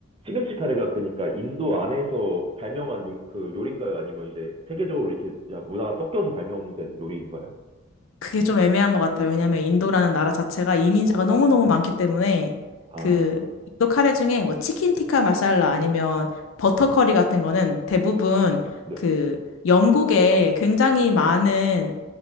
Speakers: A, on the right (about 25°); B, on the left (about 75°).
A: 시금치 카레가 그러니까 인도 안에서 발명한 요, 그 요리인가요? 아니면 이제 세계적으로 이렇게 문화가 섞여서 발명된 요리인가요?
B: 그게 좀 애매한 것 같아요. 왜냐면 인도라는 나라 자체가 이민자가 너무너무 많기 때문에
A: 아,
B: 그 인도 카레 중에 뭐 치킨 티카 마살라 아니면 버터 커리 같은 거는 대부분
A: 네.
B: 그 영국에 굉장히 많은